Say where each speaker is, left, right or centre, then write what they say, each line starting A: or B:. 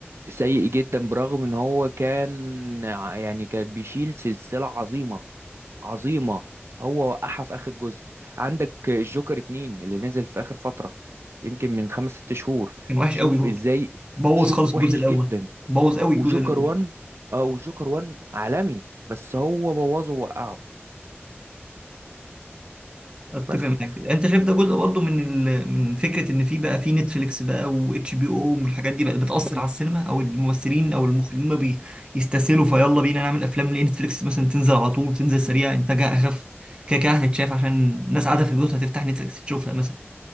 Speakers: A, on the right (about 70°); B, on the right (about 20°).
A: سيء جدا برغم ان هو كان ع- يعني كان بيشيل سلسلة عظيمة عظيمة هو وقعها في اخر جزء عندك الجوكر اتنين اللي نزل في اخر فترة يمكن من خمس ست شهور
B: كان وحش
A: شوف
B: قوي برضه
A: ازاي
B: بوظ
A: شوف
B: خالص
A: وحش
B: الجزء الأول
A: جدا
B: بوظ قوي الجزء
A: وجوكر
B: الأول
A: وان اه وجوكر وان عالمي بس هو بوظه ووقعه
B: اتفق
A: بس
B: معاك انت شايف ده جزء برضه من ال... من فكره ان في بقى في نتفليكس بقى واتش بي او والحاجات دي بقت بتاثر على السينما او الممثلين او المخرجين ما بيستسهلوا فيلا بينا نعمل افلام ليه نتفليكس مثلا تنزل على طول تنزل سريع انتاجها اخف كده كده هتتشاف عشان الناس قاعده في بيوتها هتفتح نتفليكس تشوفها مثلا